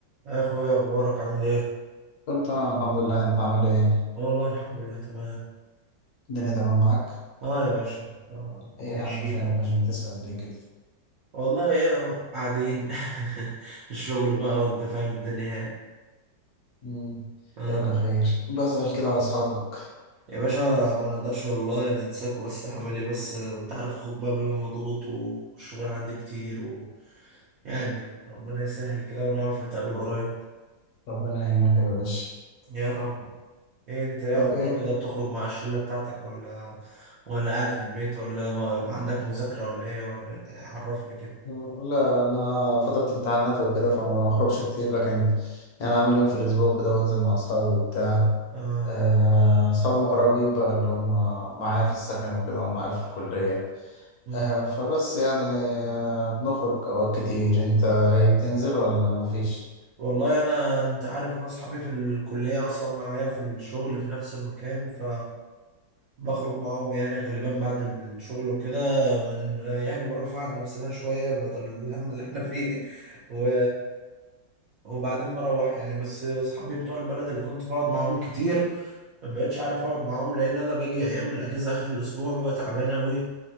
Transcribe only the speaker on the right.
يا اخويا اخبارك عامل ايه
والله الحمد لله تمام
اه يا باشا آه عايشين
أهو.
والله ايه اهو قاعدين <laughs> في الشغل بقى وانت فاهم الدنيا يعني.
اه
يا باشا ما نقدرش والله ننساكوا بس عامل ايه بس انت عارف اخوك بقى بيبقى مضغوط والشغل عندي كتير و... يعني ربنا يسهل كده ونعرف نتقابل قريب
يا رب ايه انت ايه
اخبارك
كده بتخرج مع الشلة بتاعتك ولا ولا قاعد في البيت ولا ما ما عندك مذاكرة ولا ايه ولا إيه؟ عرفني كده
اه
مم.
والله انا انت عارف انا اصحابي في الكليه اصلا معايا في الشغل في نفس المكان ف بخرج معاهم يعني غالبا بعد الشغل وكده من يعني برفع عن نفسنا شويه بدل الهم اللي احنا فيه <laughs> و... وبعدين بروح يعني بس اصحابي بتوع البلد اللي كنت بقعد معاهم كتير ما بقتش عارف اقعد معاهم لان انا باجي ايام من الاجازه اخر الاسبوع ببقى تعبان قوي